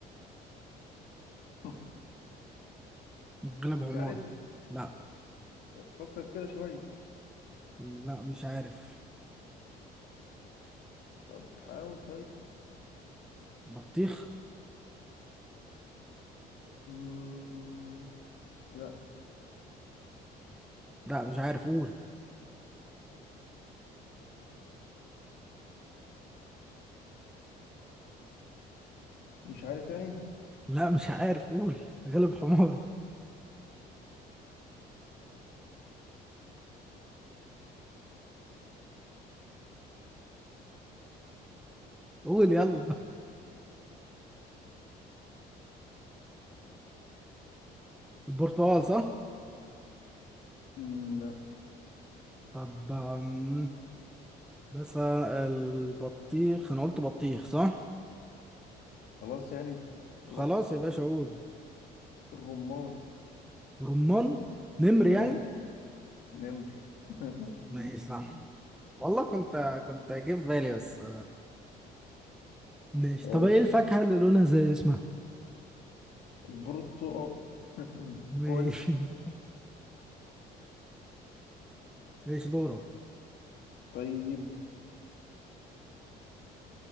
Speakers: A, on the left; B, in the centre.
A: <laughs>
B: الجلب
A: مش
B: حماري
A: عارف
B: لا
A: طب فكر كده شوية
B: لا مش عارف
A: طب حاول طيب
B: بطيخ
A: مم... لا
B: لا مش عارف قول
A: مش عارف يعني
B: لا مش عارف قول غلب حماري قول يلا البرتقال صح
A: مم... لا
B: طب أم، بس آه، البطيخ انا قلت بطيخ صح
A: خلاص يعني
B: خلاص
A: خلاص
B: يا باشا قول
A: الرمان
B: رمان نمر
A: اه
B: يعني
A: نمر <laughs>
B: ماشي صح والله كنت كنت جاي في بالي بس ماشي
A: ايش
B: طب ايه الفاكهة اللي لونها زي اسمها
A: البرتقال <laughs>
B: ماشي
A: البرتقال
B: <laughs> ماشي دورك
A: طيب